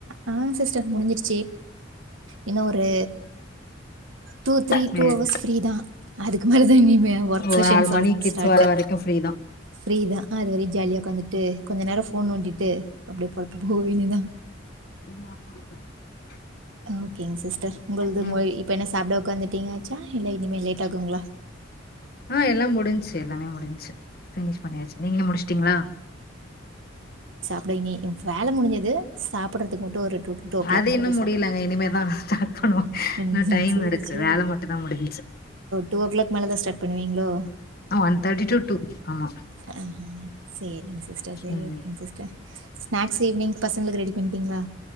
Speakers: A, on the right (about 80°); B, on the left (about 50°).
A: ஆ சிஸ்டர்க்கு முடிஞ்சிருச்சு இன்னும் ஒரு டூ த்ரீ
B: சேரி
A: டூ ஹவர்ஸ் பிரீ தான் அதுக்கு மேல தான் இனிமே ஒர்க்
B: ஒரு
A: செஷன்
B: ஆறு
A: சா
B: மணி கிட்ஸ்
A: ஸ்டார்ட்டு
B: வர வரைக்கும் ஃப்ரீதான்
A: ஃப்ரீ தா அது வரையும் ஜாலியா உக்காந்துட்டு கொஞ்ச நேரம் ஃபோ போண ணோண்டிட்டு அப்படியே புறப்பட்டு போ வேண்டித்தா
B: <unintelligible>
A: ஓகேங்க சிஸ்டர் உங்களது
B: ம்
A: மொய் இப்ப என்ன சாப்பிட உட்காந்துட்டீங்காச்சா இல்ல இனிமே லேட் ஆகுங்களா
B: ஆ எல்லா முடிஞ்ச்சு எல்லாமே முடிஞ்ச்சு பினிஷ் பண்ணியாச்சு நீங்க முடிச்சுட்டீங்களா
A: அப்புறம் இனி வேல முடிஞ்சது சாப்பிடறதுக்கு மட்டும் ஒரு டூ ஓ கிளாக்
B: அது
A: மேல
B: இன்னு
A: போய்
B: முடியலங்க
A: சாப்புடனும்
B: இனிமேதா ஸ்டார்ட் பண்ணுவோ
A: ம்
B: இன்னு டைம்
A: சேரி
B: இருக்கு
A: சேரி
B: வேல மட்டுந்தா முடிஞ்ச்சு
A: டூ ஓ கிளாக் மேலதா ஸ்டார்ட் பண்ணுவீங்களோ
B: ஒன் தேர்ட்டி டு டூ ஆமா
A: ஆ அ சேரி சரிங்க சிஸ்டர் சரி
B: ம்
A: ஓகே சிஸ்டர் ஸ்நாக்ஸ் ஈவினிங் பசங்களுக்கு ரெடி பண்டீங்களா